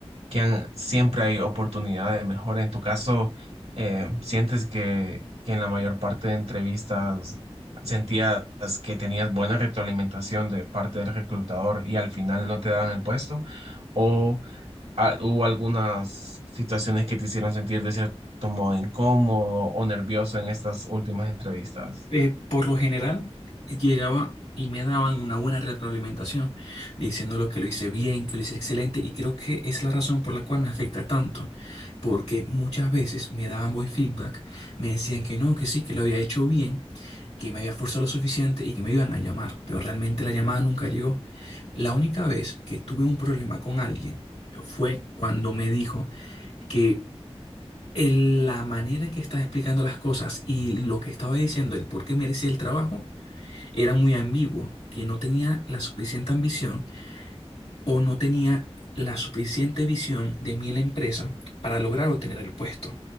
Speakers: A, on the right; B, on the left.
A: que han- siempre hay oportunidad de mejora. En tu caso, eh, ¿sientes que, que en la mayor parte de entrevistas sentías que tenías buena retroalimentación de parte del reclutador y al final no te daban el puesto? ¿O ah, hubo algunas situaciones que te hicieron sentir de cierto modo incómodo o nervioso en estas últimas entrevistas?
B: eh, por lo general llegaba y me daban una buena retroalimentación, diciéndolo que lo hice bien, que lo hice excelente, y creo que es la razón por la cual me afecta tanto, porque muchas veces me daban buen feedback, me decían que no, que sí, que lo había hecho bien, que me había esforzado lo suficiente y que me iban a llamar, pero realmente la llamada nunca llegó. La única vez que tuve un problema con alguien fue cuando me dijo que el- la manera en que estaba explicando las cosas y lo que estaba diciendo, el por qué merecía el trabajo, era muy ambiguo, que no tenía la suficiente ambición o no tenía la suficiente visión de mí en la empresa para lograr obtener el puesto.